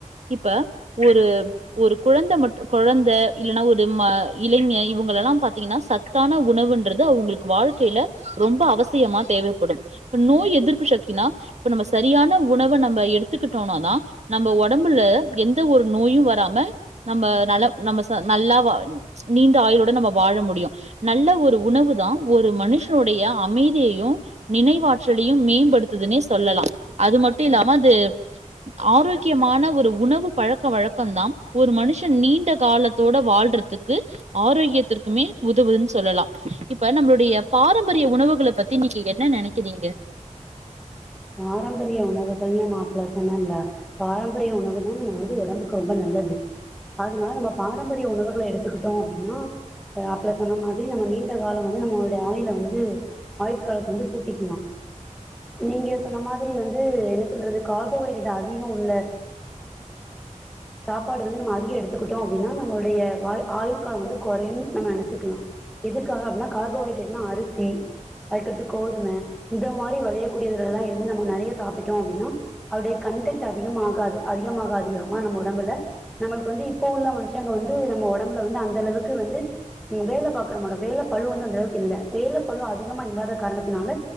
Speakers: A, on the right; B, in the centre.
A: இப்ப ஒரு ஒரு குழந்த மற்று கொழந்த இல்லன்னா ஒரு ம இளைஞ இவங்களல்லா பாத்தீங்கன்னா சத்தான உணவுன்றது அவுங்களுக்கு வாழ்க்கைல ரொம்ப அவசியமா தேவைப்படும் இப்ப நோய் எதிர்ப்பு ஷக்தினா இப்ப நம்ம சரியான உணவ நம்ம எடுத் துக்கிட்டோனாதா நம்ம ஒடம்புல எந்த ஒரு நோயு வராம நம்ம நல்ல நம்ம நல்லா நீண்ட ஆயுளோட நம்ம வாழ முடியு நல்ல ஒரு உணவு தான் ஒரு மனுஷருடைய அமைதியையும் நினைவாற்றலியு மேம்படுத்துதுன்னே சொல்லலா அது மட்டு இல்லாம அது ஆரோக்கியமான ஒரு உணவு பழக்க வழக்கந்தா ஒரு மனுஷன் நீண்ட காலத்தோட வாழ்றதுக்கு ஆரோக்கியத்திற்குமே உதவுதுன்னு சொல்லலா இப்ப நம்மளுடைய பாரம்பரிய உணவுகளை பத்தி நீங்க என்ன நெனக்கிறீங்க
B: பாரம்பரிய உணவுகள்னு நா ஆப்ல சொன்னேன்ல பாரம்பரிய உணவு தான் நம்ம வந்து உடம்புக்கு ரொம்ப நல்லது அதுனால நம்ம பாரம்பரிய உணவுகள எடுத்துக்கிட்டோ அப்படின்னா ஆப்ல சொன்ன மாதிரி நம்ம நீண்ட காலோ வந்து நம்மளுடைய ஆயில வந்து ஆயுட்காலத்த வந்து கூட்டிக்கிலா நீங்க சொன்ன மாதிரி வந்து என்ன சொல்றது கார்போஹைட்ரேட் அதிகோ உள்ள சாப்பாடு வந்து நம்ம அதிகோ எடுத்துக்கிட்டோ அப்படின்னா நம்மளுடைய ஆயுள் காலோ வந்து கொறையு நம்ம நெனச்சுக்கலா எதற்காக அப்படினா கார்போஹைட்ரேட்னா அரிசி அதுக்கடுத்து கோதும இந்த மாரி விளயக்கூடியதுலா வந்து நம்ம நெறைய சாப்பிட்டோ அப்டினா அதுடைய கன்டென்ட் அதிகமாகாது அதிகமாக அதிகமா நம்ம ஒடம்புல நம்மலுக்கு வந்து இப்போ உள்ள மனுஷங்க வந்து நம்ம ஒடம்புல வந்து அந்தளவுக்கு வந்து வேல பாக்கிறவங்களோட வேல பலு வந்து அந்த அளவுக்கு இல்ல வேல பலு அதிகமா இல்லாத காரணத்தினால